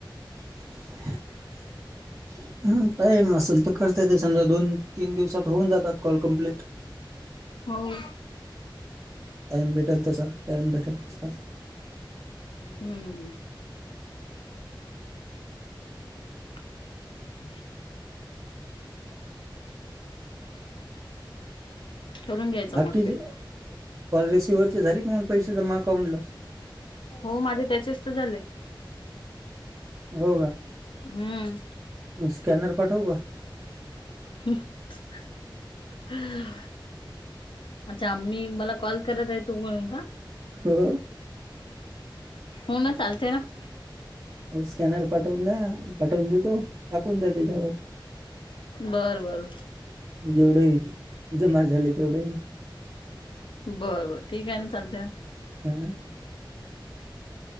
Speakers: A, on the right; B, on the left.
A: <unintelligible> हम्म टाईम असल तर करत ते समजा दोन तीन दिवसात होऊन जातात कॉल कम्प्लीट
B: हो.
A: टाइम भेटेल तसा टाइम भेटेल तसा
B: हम्म. <unintelligible> करून घ्यायचं
A: बाकी
B: मग ते
A: कॉल रिसिववर चे झाली की मग पैसे जमा अकांटला
B: हो माझे त्याचेच तर झाले.
A: हो का?
B: हम्म.
A: मग स्कॅनर पाटवू का?
B: हम हा हा. अच्छा मी मला कॉल करत आहे तु म्हणून का?
A: हो.
B: हो न चालते ना.
A: हो स्कॅनर पाठवून द्या पाठवून देतो टाकून द्या त्याच्यावर
B: बर बर.
A: जेवढेही जमा झाले तेवढेही
B: बर बर ठीक आहे ना चालते ना.
A: हं.